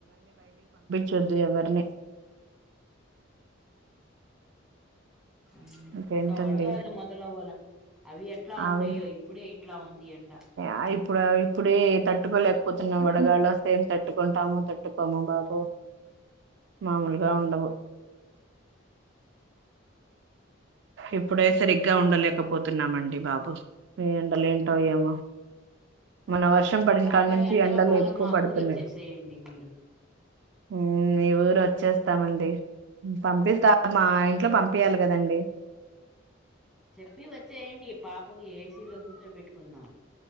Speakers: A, on the right; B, in the centre.
A: తిట్టద్దు ఎవర్ని.
B: ఆ
A: ఇంకేంటండి
B: ఇంకా వడగాలులు మొదలవ్వలా. అవి ఎట్లా
A: అవి
B: ఉంటయో ఇప్పుడే ఇట్లా ఉంది ఎండ.
A: ఆ, ఇప్పుడు ఇప్పుడే తట్టుకోలేకపోతున్నాం, వడగాలులు వస్తే తట్టుకుంటామో తట్టుకోమో బాబు.
B: ఉ
A: మామూలుగా ఉండవు. ఇప్పుడే సరిగ్గా ఉండలేకపోతున్నామండి బాబు ఈ ఎండలు
B: ఉమ్
A: ఏంటో ఏమో. మొన్నా వర్షం పడిన
B: బాగా
A: కానుంచి
B: ఎండల
A: ఎండలు
B: కాలం
A: ఎక్కువ
B: మా
A: పడుతున్నయి.
B: ఊరు వచ్చేసేయండి మీరు
A: హ్ మీ ఊరు వచ్చేస్తామండి పంపిస్తా మా ఇంట్లో పంపింయాల కదండి.
B: చెప్పి వచ్చేయండి పాపకి ఏసీలో కూర్చో పెట్టుకుందాం.